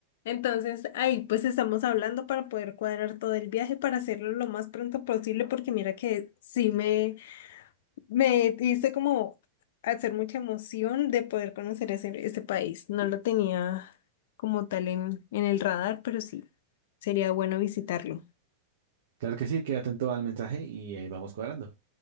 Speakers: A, on the left; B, on the right.
A: Entonces, ahí pues estamos hablando para poder cuadrar todo el viaje, para hacerlo lo más pronto posible, porque mira que sí me... Me hice como hacer mucha emoción de poder conocer ese, ese país. No lo tenía como tal en, en el radar, pero sí, sería bueno visitarlo.
B: Claro que sí, quédate atento al mensaje y ahí vamos cuadrando.